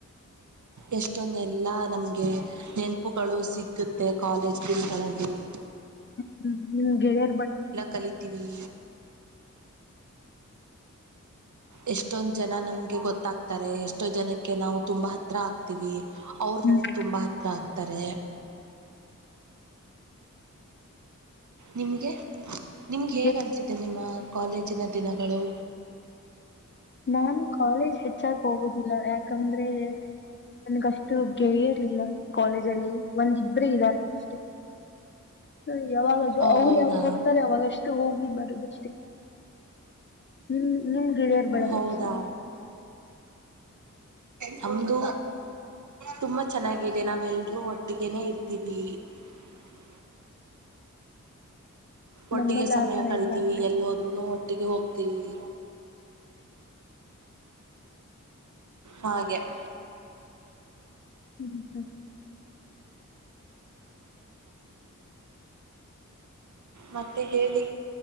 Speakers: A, on the right; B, on the left.
A: ಎಷ್ಟೊಂದೆಲ್ಲ ನಮ್ಗೆ ನೆನಪುಗಳು ಸಿಗುತ್ತೆ ಕಾಲೇಜ್ ದಿನಗಳಲ್ಲಿ ಅಲ್ಲಿ
B: ಹ್ಮ ಹ್ಮ್ ನಿಮ್ ಗೆಳೆಯರ್ <unintelligible>
A: ಕಲಿತೀವಿ ಎಷ್ಟೊಂದ್ ಜನ ನಮ್ಗೆ ಗೊತ್ತಾಗ್ತಾರೆ ಎಷ್ಟೋ ಜನಕ್ಕೆ ನಾವು ತುಂಬಾ ಹತ್ರ ಆಗ್ತೀವಿ ಅವರು
B: ಹ್ಮ್.
A: ನಮಗ್ ತುಂಬಾ ಹತ್ರ ಆಗ್ತಾರೆ ನಿಮ್ಗೆ ನಿಮ್ಗೆ ಹೇಗ್
B: ಏ-
A: ಅನ್ಸಿದೆ ನಿಮ್ಮ ಕಾಲೇಜಿನ ದಿನಗಳು
B: ನಾನ್ ಕಾಲೇಜ್ ಹೆಚ್ಚಾಗಿ ಹೋಗೋದಿಲ್ಲ ಯಾಕಂದ್ರೆ ನನ್ಗಷ್ಟು ಗೆಳೆಯರಿಲ್ಲ ಕಾಲೇಜ ಅಲ್ಲಿ ಒಂದು ಇಬ್ಬರು ಇದ್ದಾರೆ ಅಷ್ಟೆ ಹ ಯಾವಾಗ ಆದ್ರು
A: ಓ
B: ಅವುರು
A: ಹೌದಾ
B: ಯಾವಾಗ್ ಹೋಗ್ತಾರೆ ಅವಾಗ ಅಷ್ಟು ಹೋಗಿ ಬರೋದು ನಿಮ ನಿಮ್ ಗೆಳೆಯರ್ ಬಳಗ
A: ಹೌದಾ
B: ಎಷ್ಟಿದೆ
A: ನಮ್ದು ತುಂಬಾ ಚೆನ್ನಾಗಿದೆ ನಾವೆಲ್ರೂ ಒಟ್ಟಿಗೆನೆೇ ಇರ್ತೀವಿ <unintelligible> ಒಟ್ಟಿಗೆ
B: ನಮ್ಮಲ್ಲಿ
A: ಸಮಯ
B: ಆತರ
A: ಕಳಿತೀವಿ
B: ಇಲ್ಲ ನೋಡಿ
A: ಎಲ್ಲಿ ಹೋದ್ರುೂನು ಒಟ್ಟಿಗೆ ಹೋಗ್ತೀವಿ ಹಾಗೆ <unintelligible>
B: ಹ್ಮ ಹ್ಮ
A: ಮತ್ತೆ ಹೇಳಿ